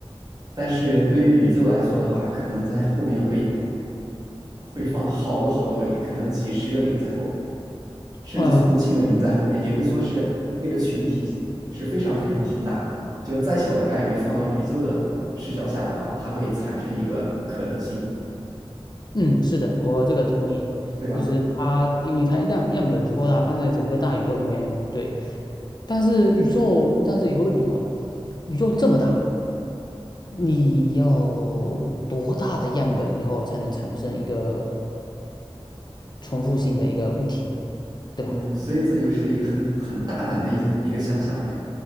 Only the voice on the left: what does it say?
呃
嗯，是的，我这个同意。
就是它，因为它样样本足够大，放在整个大宇宙里面，对。但是宇宙，但是有个问题啊，宇宙这么大，你要多大的样本以后才能产生一个重复性的一个物体呢？对吧？